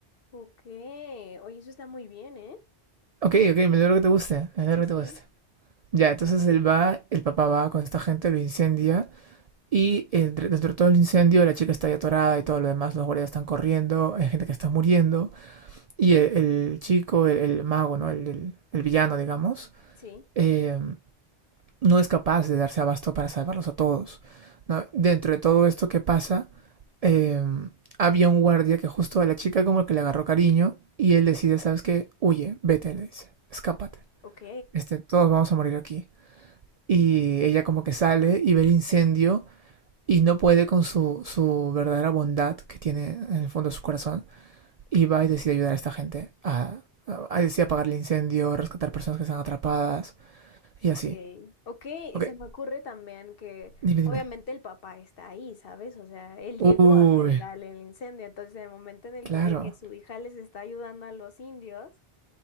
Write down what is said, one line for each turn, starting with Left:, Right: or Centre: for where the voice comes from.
Left: ok. Oye, eso está muy bien, ¿eh?
Right: Ok, ok, me alegro que te guste, me alegro
Left: Sí, sí,
Right: que te guste. Ya, entonces él va, el papá va con esta gente, lo incendia Y eh, dentro de todo el incendio, la chica está ahí atorada y todo lo demás, los guardias están corriendo, hay gente que está muriendo. Y el, el chico, el, el mago, ¿no? El, el- el villano, digamos,
Left: sí,
Right: eh, no es capaz de darse abasto para salvarlos a todos. ¿no? Dentro de todo esto que pasa, eh, había un guardia que justo a la chica como que le agarró cariño y él decide, ¿sabes qué? Huye, vete, le dice, escápate.
Left: ok,
Right: Este, todos vamos a morir aquí. Y ella como que sale y ve el incendio y no puede con su, su verdadera bondad que tiene en el fondo de su corazón y va y decide ayudar a esta gente a, a, a decide apagar el incendio, rescatar personas que están atrapadas y
Left: ok,
Right: así.
Left: ok.
Right: Ok,
Left: Y se me ocurre también que
Right: dime,
Left: obviamente
Right: dime.
Left: el papá está ahí, ¿sabes? O sea, él llegó
Right: Uy,
Left: a generar el incendio, entonces en el momento en el
Right: claro.
Left: que ve que su hija les está ayudando a los indios.